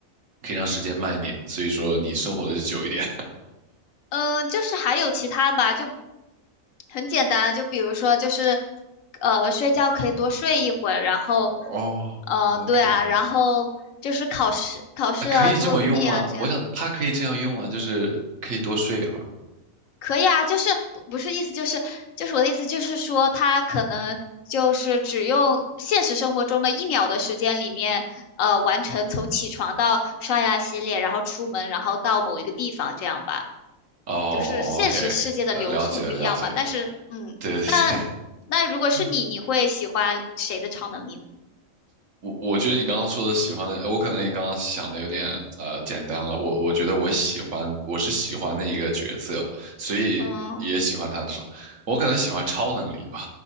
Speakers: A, on the right (about 70°); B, on the left (about 75°).
A: 可以让时间慢一点，所以说你生活的就久一点。
B: 嗯、就是还有其他吧，就很简单啊，就比如说就是，呃，睡觉可以多睡一会儿，然后，
A: <laughs> 哦，OK，
B: 呃，对啊，然后就是考试、考试啊、
A: 啊可以这么用吗？
B: 作弊啊这样，
A: 我想它可以这样用啊，就是可以多睡一会儿。
B: 可以啊，就是不不是意思就是就是我的意思就是说，他可能就是只用现实生活中的一秒的时间里面，呃，完成从起床到刷牙洗脸，然后出门，然后到某一个地方这样吧。
A: 哦，OK，
B: 就是现实世界的流速不一样嘛。
A: 呃，了解了，了解了，
B: 但是，嗯，
A: 对对
B: 那那如果是你，
A: 对，<laughs>
B: 你会喜欢谁的超能力呢？
A: 我我觉得你刚刚说的喜欢的，呃我可能也刚刚想的有点呃简单了。我我觉得我喜欢，我是喜欢那一个角色，所以也喜欢他的超。
B: 嗯，
A: 我可能喜欢超能力吧，